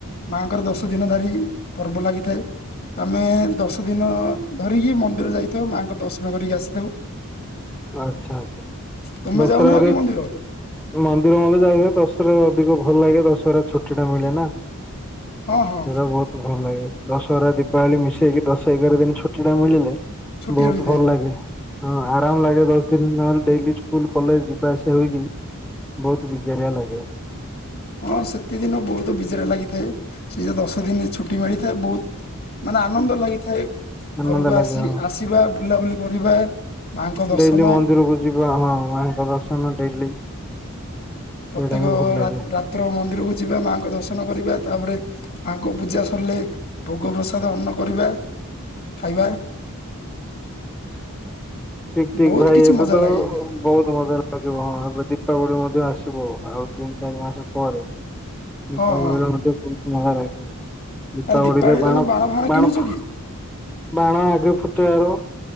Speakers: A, on the left; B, in the centre.
A: ମା ଙ୍କର ଦଶ ଦିନ ଧରି ପର୍ବ ଲାଗିଥାଏ। ତୋମେ ଦଶଦିନ ଧରିକି ମନ୍ଦିର ଯାଇଥାଉ, ମାଙ୍କ ଦର୍ଶନ କରି ଆସିଥାଉ।
B: ଆଚ୍ଛା, ଆଚ୍ଛା
A: ତୁମେ
B: ଦଶରାରେ
A: ଯାଉନାହଁ କି
B: <unintelligible>
A: ମନ୍ଦିର
B: ମନ୍ଦିର ଆମେ ଯାଇକି ଦର୍ଶ ଦଶରା ରେ ଅଧିକ ଭଲ ଲାଗେ ଦଶହରା ଚୁଟି ଟା ମିଳେ ନା।
A: ହଁ ହଁ
B: ଏଟା ବହୁତ ଭଲ ଲାଗେ ଦଶହରା ଦୀପାବଳି ମିଶେଇକି ଦଶ ଏଗାର ଦିନ ଛୁଟି ଟା ମିଳିଲେ
A: ଛୁଟି
B: ବହୁତ
A: ରହିଥାଏ।
B: ଭଲ ଲାଗେ। ହଁ ଆ ରାମ ଲାଗେ ଦଶ ଦିନ ନ ହେଲେ ଡେଲି ସ୍କୁଲ୍ କଲେଜ୍ ଯିବା ଆସିବା କରିକି ବହୁତ ବିଜାରିଆ ଲାଗେ।
A: ହଁ ସେତେ ଦିନ ବହୁତ ବିଜାର ଲାଗିଥାଏ। ସେଇ ଯେ ଦଶ ଦିନ ଛୁଟି ମିଳିଥାଏ ବହୁତ ମାନେ ଆନନ୍ଦ ଲାଗିଥାଏ,
B: ଆନନ୍ଦ
A: ଘରକୁ
B: ଲାଗେ
A: ଆସି
B: ହଁ
A: ଆସିବା ବୁଲାବୁଲି କରିବା। ମାଙ୍କ ଦର୍ଶନ
B: ଡେଲି ମନ୍ଦିରକୁ ଯିବା ହଁ ମା ଙ୍କ ଦର୍ଶନ ଡେଲି। ସେଇଟା
A: ପ୍ରତ୍ୟେକ
B: ହିଁ ଭଲ ଲାଗେ।
A: ରା- ରାତ୍ର ମନ୍ଦିରକୁ ଯିବା ମା ଙ୍କ ଦର୍ଶନ କରିବା। ତା ପରେ ମାଙ୍କ ପୂଜା ସରିଲେ ଭୋଗ ପ୍ରସାଦ ଅନ୍ନ କରିବା। ଖାଇବା
B: ଠିକ୍ ଠିକ୍
A: ବହୁତ
B: ଭାଇ
A: କିଛି
B: ଏବେ
A: ମଜା
B: ତ
A: ଲାଗେଇଥାଏ
B: ବହୁତ୍ ମଜା ଲା ଲାଗିବ ହଁ ଏବେ ଦୀପାବଳି ମଧ୍ୟ ଆସିବ ଆଉ ତିନି ଚାରି ମାସ ପରେ। ଦୀପାବଳି
A: ହଁ ହଁ
B: ରେ ମଧ୍ୟ ବହୁତ୍ ମଜା ଲାଗିବ। ଦୀପାବଳି
A: ଆରେ ଦୀପାବଳି
B: ରେ ବାଣ
A: ତମେ ଫାଣ
B: ବାଣ
A: କିଣୁଛ
B: ଫୁ
A: କି
B: ବାଣ ଆଗେ ଫୁଟେଇଆରୁ